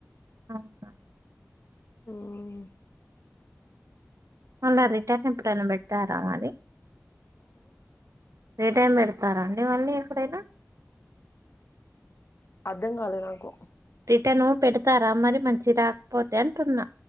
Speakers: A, on the right; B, on the left.
A: ఆ హా
B: ఉమ్
A: మళ్ళా రిటర్న్ ఎప్పుడైనా పెడట్టార మరి రీ టైమ్ పెడతారాండి మళ్ళీ ఎప్పుడైనా
B: అర్ధం కాలే నాకు
A: రిటన్ పెడతారా మరి మంచి రాకపోతే అంటున్నా.